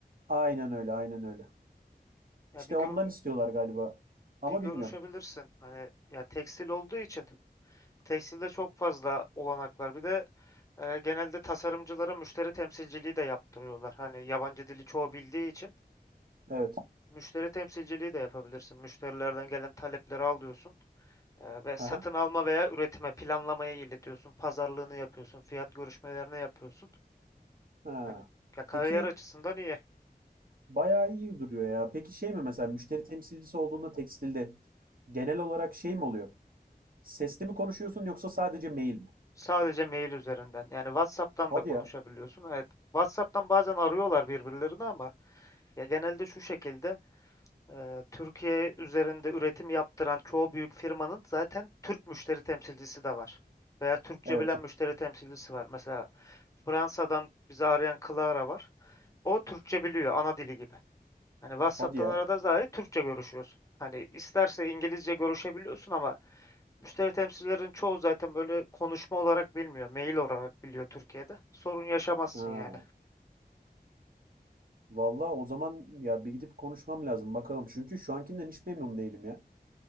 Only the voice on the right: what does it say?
Aynen öyle, aynen öyle.
İşte
ondan istiyorlar galiba. Ama
bilmiyorum.
Evet.
Aha.
Ha.
Peki
Bayağı iyi duruyor ya. Peki şey mi mesela müşteri temsilcisi olduğunda tekstilde genel olarak şey mi oluyor? Sesli mi konuşuyorsun yoksa sadece mail mi?
Hadi
ya.
Evet.
Hadi ya.
Ha.
Vallahi o zaman ya bir gidip konuşmam lazım bakalım. Çünkü şu ankinden hiç memnun değilim ya.